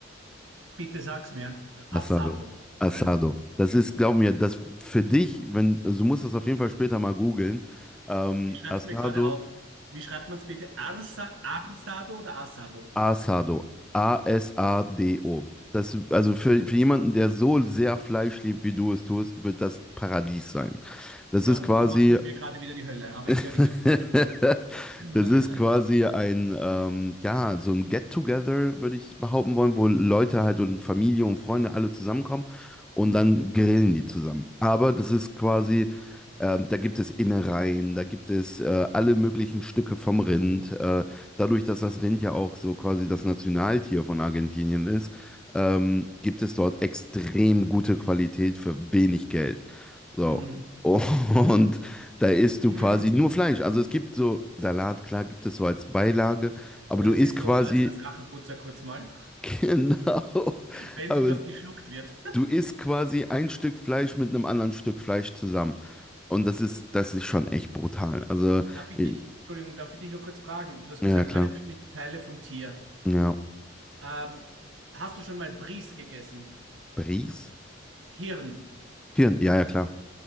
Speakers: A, on the right (about 85°); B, in the centre.
A: Bitte sag's mir. Äh,
B: Asado.
A: Assado.
B: Asado.
A: Nein?
B: Das ist, glaub mir, das für dich, wenn, also du musst das auf jeden Fall später mal googeln. Ähm,
A: Ich schreib's
B: Asado.
A: mir gerade auf. Wie schreibt man's bitte? Arsa, Arsado oder Assado?
B: Asado. A-S-A-D-O. Das, also für, für jemanden, der so sehr Fleisch liebt, wie du es tust, wird das Paradies sein. Das
A: Ja,
B: ist quasi
A: und du machst mit mir gerade wieder die Hölle, aber ich
B: <laughs>
A: höre dir ganz zu. <laughs>
B: Das ist quasi ein, ähm, ja, so ein Get-Together, würde ich behaupten wollen, wo Leute halt und Familie und Freunde alle zusammenkommen und
A: Mhm.
B: dann grillen die zusammen. Aber das ist quasi, ähm, da gibt es Innereien, da gibt es äh, alle möglichen Stücke vom Rind. Äh, dadurch, dass das Rind ja auch so quasi das Nationaltier von Argentinien ist, ähm, gibt es dort extrem gute Qualität für wenig Geld. So.
A: Mhm.
B: <laughs> Und
A: Mhm.
B: da isst du
A: Mhm.
B: quasi nur Fleisch. Also es gibt so Salat, klar, gibt es so als Beilage, aber
A: Ja,
B: du
A: Das
B: isst
A: ist
B: quasi,
A: so als, als Rachenputzer kurz mal.
B: <laughs> genau,
A: Wenn
B: aber
A: es überhaupt geschluckt wird.
B: du isst quasi ein Stück Fleisch mit einem anderen Stück Fleisch zusammen. Und das ist, das ist schon echt brutal. Also,
A: Darf ich
B: i-
A: dich, Entschuldigung, darf ich dich nur kurz fragen? Du hast
B: ja,
A: gesagt,
B: ja, klar.
A: alle möglichen Teile vom Tier.
B: Ja.
A: Ähm, hast du schon mal Bries gegessen?
B: Bries?
A: Hirn.
B: Hirn, ja, ja, klar.